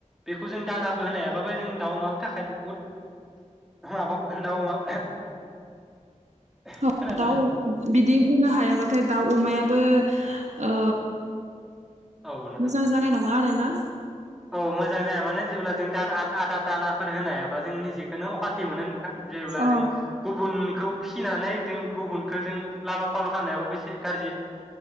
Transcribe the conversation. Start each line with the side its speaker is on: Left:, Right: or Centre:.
Centre: बेखौ जों दानाबो होनो हायाबाबाय जों दाउ अमानि थाखायबो बहुद माबा दाउ अमा खोनादों
Right: ओ दाउ
Centre: ना नोंथां?
Right: बिदि होनो हायाबाथाय दाउ अमायाबो ओ
Centre: औ नोंथां
Right: मोजां जानाय नङा मानोना
Centre: औ मोजां जाया माने जेब्ला जों आदार दानाफोर होनायाबा जों निजेखौनो अखान्थि मोनो नोंथां जेब्ला
Right: औ
Centre: जों गुबुनखौ फिसिनानै जों गुबुनखौ जों लालां फाल' खालामनायाबो एसे गाज्रि